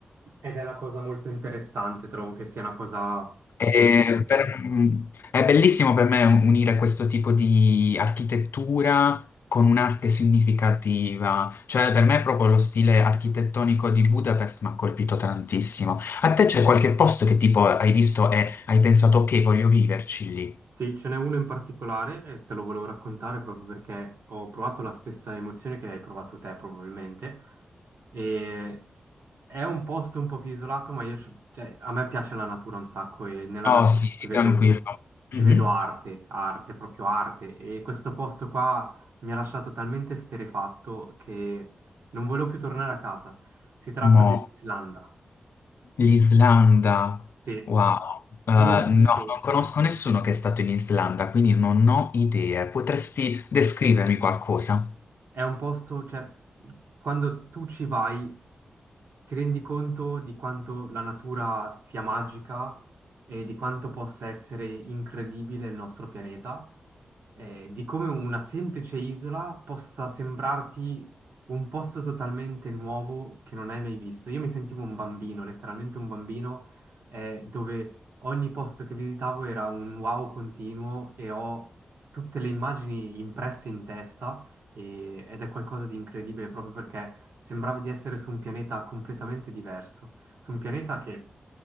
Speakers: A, on the right (about 70°); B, on the left (about 65°).
A: Ed è una cosa molto interessante, trovo che sia una cosa
B: E per- è bellissimo per me unire questo tipo di architettura con un'arte significativa, cioè per me proprio lo stile architettonico di Budapest mi ha colpito tantissimo. A te c'è qualche posto che tipo hai visto e hai pensato ok, voglio viverci lì?
A: Sì, ce n'è uno in particolare e te lo volevo raccontare proprio perché ho provato la stessa emozione che hai provato te probabilmente e è un posto un po' più isolato, ma io, ci- cioè, a me piace la natura un sacco e nella
B: Oh
A: natura
B: sì,
A: ci vedo,
B: tranquillo.
A: ci
B: Mhm.
A: vedo arte, arte, proprio arte e questo posto qua mi ha lasciato talmente esterrefatto che non volevo più tornare a casa. Si tratta
B: Mo,
A: dell'Islanda.
B: l'Islanda,
A: Sì.
B: wow, Eh, no,
A: Io ti
B: Mm.
A: dico,
B: non conosco nessuno che è stato in Islanda, quindi non ho idee. Potresti descrivermi qualcosa?
A: è un posto, cioè, quando tu ci vai Ti rendi conto di quanto la natura sia magica e di quanto possa essere incredibile il nostro pianeta? eh, di come una semplice isola possa sembrarti un posto totalmente nuovo che non hai mai visto. Io mi sentivo un bambino, letteralmente un bambino, eh, dove ogni posto che visitavo era un wow continuo e ho tutte le immagini impresse in testa e- ed è qualcosa di incredibile proprio perché sembrava di essere su un pianeta completamente diverso, su un pianeta che